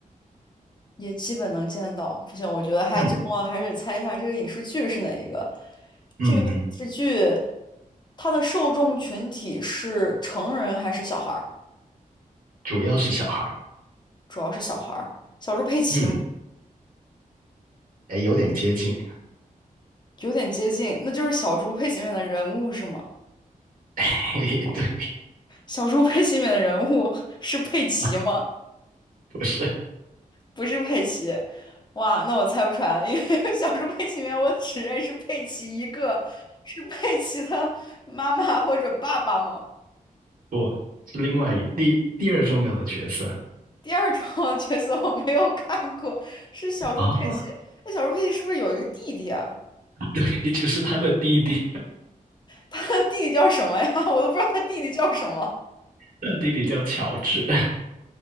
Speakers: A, on the left; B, on the right.
A: 也基本能见得到。不行，我觉得还最重要的还是猜一下这个影视剧是哪一个。
B: 嗯嗯，
A: 这个影视剧它的受众群体是成人还是小孩儿？
B: 主要是小孩儿
A: 主要是小孩儿，小猪佩奇嘛，
B: 嗯，哎，有点接近。
A: 有点接近，那就是小猪佩奇里面的人物是吗？
B: <laughs> 嘿嘿，对，
A: <laughs> 小猪佩奇里面的人物 <laughs> 是佩奇吗？
B: <laughs> 不是。
A: 不是佩奇，哇，那我猜不出来了，因为 <laughs> 小猪佩奇里面我只认识佩奇一个，是佩奇的妈妈或者爸爸吗？
B: 不，是另外一第第二重要的角色
A: 第二种 <laughs> 角色我没有看过，是小猪佩奇。
B: 啊，
A: 那小猪佩奇是不是有一个弟弟啊？
B: <laughs> 也就是他的弟弟，
A: 他的弟弟叫什么呀？<laughs> 我都不知道他弟弟叫什么。
B: 他弟弟叫乔治。